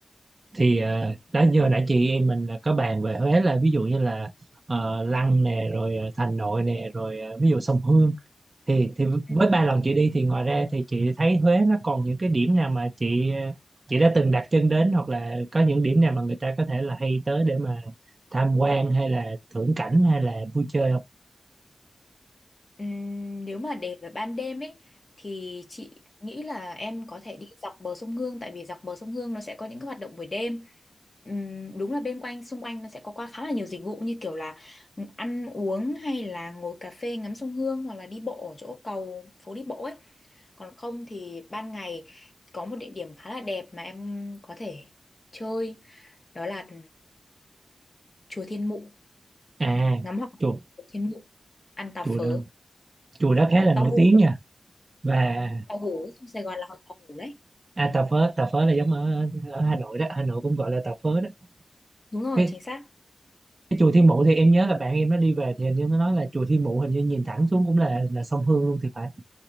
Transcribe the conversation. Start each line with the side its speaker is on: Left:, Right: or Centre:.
Right: thì ờ, đó như hồi nãy chị em mình có bàn về Huế là ví dụ như là ờ, Lăng nè rồi ờ, Thành Nội nè rồi ờ, ví dụ sông Hương thì thì
Left: Ừ.
Right: với ba lần chị đi thì ngoài ra thì chị thấy Huế nó còn những cái điểm nào mà chị ờ, chị đã từng đặt chân đến hoặc là có những điểm nào mà người ta có thể là hay tới để mà tham quan hay là thưởng cảnh hay là vui chơi không
Left: Ừm, nếu mà để vào ban đêm ấy thì chị nghĩ là em có thể đi dọc bờ sông Hương tại vì dọc bờ sông Hương nó sẽ có những cái hoạt động buổi đêm. Ừm, đúng là bên quanh xung quanh nó sẽ có qua khá là nhiều dịch vụ như kiểu là ăn uống hay là ngồi cà phê ngắm sông Hương hoặc là đi bộ ở chỗ cầu phố đi bộ ấy. Còn không thì ban ngày có một địa điểm khá là đẹp mà em có thể chơi đó là chùa Thiên Mụ
Right: à
Left: ngắm hoàng hôn
Right: chùa
Left: của Thiên Mụ ăn tàu
Right: chùa
Left: phớ
Right: đó chùa đó khá là
Left: tàu
Right: nổi
Left: hũ
Right: tiếng nha và
Left: tàu hủ sông Sài Gòn là họ tàu hủ đấy
Right: à tà phớ tà phớ là giống ở, ở Hà Nội đó Hà Nội cũng gọi là tà phớ đó
Left: đúng rồi
Right: cái,
Left: chính xác
Right: cái chùa Thiên Mụ thì em nhớ là bạn em nó đi về thì hình như nó nói là chùa Thiên Mụ hình như nhìn thẳng xuống cũng là là sông Hương luôn thì phải